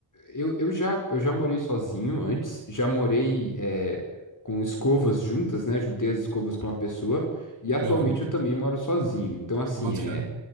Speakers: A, on the left (about 40°); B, on the right (about 50°).
A: eu, eu já, eu já morei sozinho antes, já morei é, com escovas juntas, né? Juntei as escovas com uma pessoa e atualmente
B: Aham,
A: eu também moro sozinho. Então, assim,
B: boto
A: é,
B: fé.